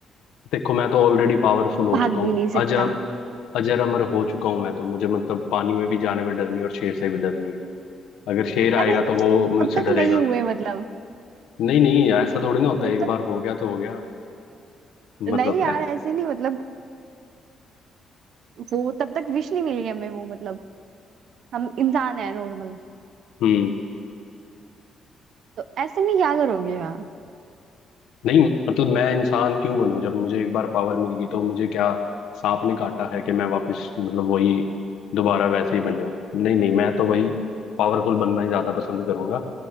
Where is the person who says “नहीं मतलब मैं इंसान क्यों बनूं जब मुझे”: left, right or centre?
Left